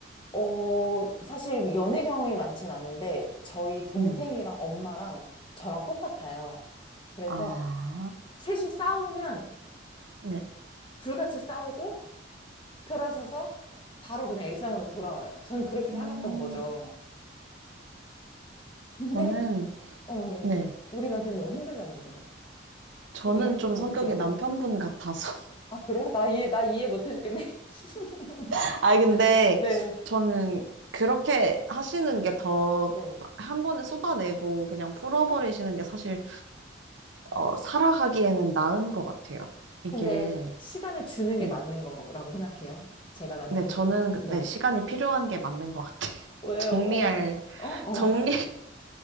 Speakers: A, on the left; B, on the right.
A: 어, 사실 연애 경험이 많진 않은데, 저희 동생이랑
B: 네.
A: 엄마랑 저랑 똑같아요. 그래서
B: 아,
A: 셋이 싸우면
B: 네.
A: 불같이 싸우고 돌아서서 바로 그냥 일상으로 돌아와요. 전 그렇게
B: 음,
A: 살았던 거죠. 근데
B: 저는,
A: 음,
B: 네.
A: 우리 남편이 너무 힘들다고 그러더라고요.
B: 저는
A: 근데 이럴
B: 좀
A: 때
B: 성격이
A: 어떻게 해야 돼요?
B: 남편분 같아서.
A: 아, 그래요? 나 이해, 나 이해 못 해주겠네. <laughs>
B: <laughs> 아, 근데
A: 네.
B: 저는 그렇게 하시는 게 더
A: 네.
B: 한 번에 쏟아내고 그냥 풀어버리시는 게 사실, 어, 살아가기에는 나은 것 같아요. 이게,
A: 근데 시간을 주는
B: 네.
A: 게 맞는 거라고 생각해요. 제가 남편을,
B: 네, 저는,
A: 네.
B: 네, 시간이 필요한 게 맞는 것 같아요. <laughs>
A: 왜요?
B: 정리할,
A: 어, 어.
B: 정리,